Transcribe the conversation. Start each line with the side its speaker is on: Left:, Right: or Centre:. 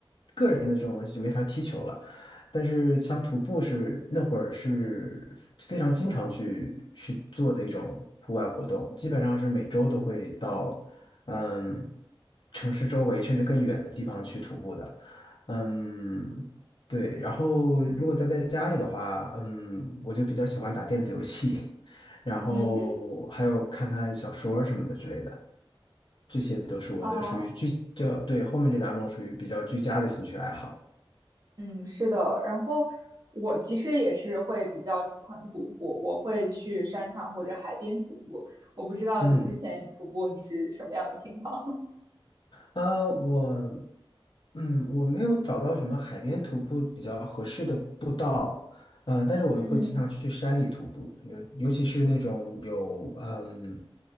Left: 个人的这种东西，就没法儿踢球了。但是像徒步是那会儿是非常经常去去做的一种户外活动，基本上是每周都会到嗯城市周围甚至更远的地方去徒步的。嗯，对。然后如果待在家里的话，嗯，我就比较喜欢打电子游戏，<laughs> 然后还有看看小说儿什么的之类的，
Right: 嗯
Left: 这些都是我的属于居，
Right: 啊，
Left: 这，对，后面这两种属于比较居家的兴趣爱好。
Right: 嗯，是的。然后我其实也是会比较喜欢徒步，我会去山上或者海边徒步。我不知道你之前你徒步你是什么样的情况？
Left: 嗯。呃，我，嗯，我没有找到什么海边徒步比较合适的步道，呃，但是我会经常去山里徒步，
Right: <laughs> 嗯
Left: 尤尤其是那种有，嗯，